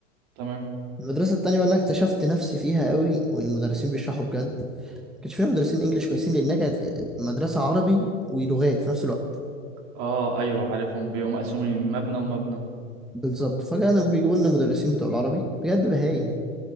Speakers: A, on the right (about 50°); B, in the centre.
A: تمام
B: المدرسة التانية بقى اللي أنا اكتشفت نفسي فيها قوي والمدرسين بيشرحوا بجد كانش فيها مدرسين انجليش كويسين لانها كانت مدرسه عربي ولغات في نفس الوقت
A: اه ايوه عارفهم بيقوموا مقسومين مبنى ومبنى
B: بالظبط فكانوا بيجيبوا لنا مدرسين بتوع العربي بجد بهايم